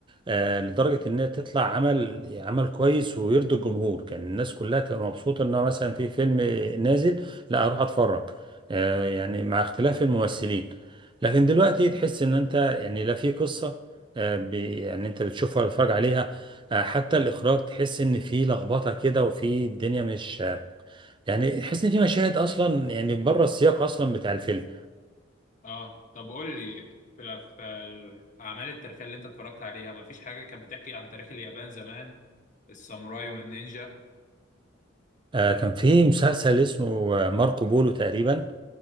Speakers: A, on the right; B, on the left.
A: آه، لدرجة إنها تطلع عمل عمل كويس ويرضي الجمهور كان الناس كلها تبقى مبسوطة إنها مثلا في فيلم نازل لا أروح أتفرج آه، يعني مع اختلاف الممثلين لكن دلوقتي تحس إن أنت يعني لا في قصة آه، بي- يعني انت بتشوفها وتتفرج عليها آه، حتى الاخراج تحس ان في لخبطه كده وفي الدنيا مش آه، يعني تحس ان في مشاهد اصلا يعني بره السياق اصلا بتاع الفيلم
B: اه طب قول لي في الأف- في الاعمال التاريخيه اللي انت اتفرجت عليها ما فيش حاجه كانت بتحكي عن تاريخ اليابان زمان الساموراي والنينجا
A: آه، كان في مسلسل اسمه آه، ماركو بولو تقريبا